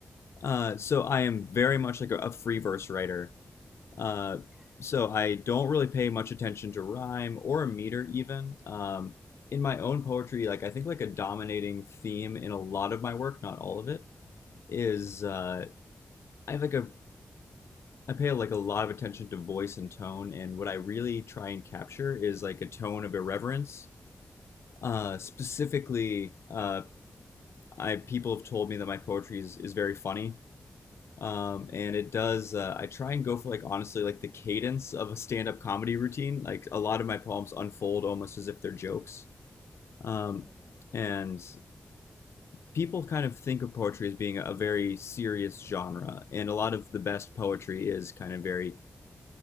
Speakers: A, on the left (about 75°); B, in the centre.
A: Uh, so I am very much like a, a free verse writer.
B: Mm,
A: Uh,
B: okay.
A: so I don't really pay much attention to rhyme or meter even. Um, in my own poetry, like I think like a dominating theme in a lot of my work, not all of it, is uh, I have like a I pay like a lot of attention to voice and tone, and what I really
B: Mm,
A: try and capture is like a tone of irreverence. Uh, specifically, uh, I people have told me that my poetry is, is very funny, um, and it does. Uh, I try and go for like honestly like the cadence of a stand-up comedy routine. Like a lot of my poems unfold almost as if they're jokes, um,
B: mm,
A: and people kind of think of poetry as being a very serious genre, and a lot of the best poetry is kind of very